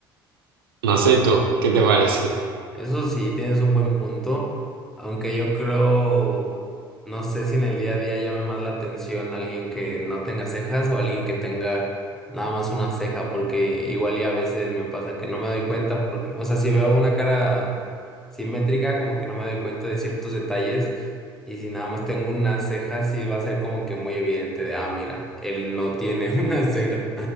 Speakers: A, on the right; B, in the centre.
A: No sé tú, ¿qué te parece?
B: Eso sí, tienes un buen punto, aunque yo creo, no sé si en el día a día llame más la atención alguien que no tenga cejas o alguien que tenga nada más una ceja, porque igual y a veces me pasa que no me doy cuenta, porque, o sea, si veo una cara simétrica, como que no me doy cuenta de ciertos detalles, y si nada más tengo una ceja, sí va a ser como que muy evidente de, ah, mira, él no tiene <laughs> una ceja.